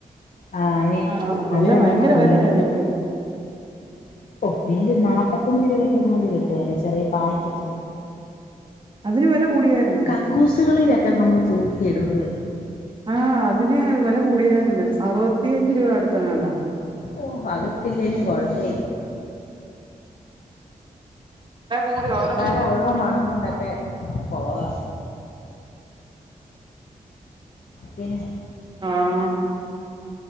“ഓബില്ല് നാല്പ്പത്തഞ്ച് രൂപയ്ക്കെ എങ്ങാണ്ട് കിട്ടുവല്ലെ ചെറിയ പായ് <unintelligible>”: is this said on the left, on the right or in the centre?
Left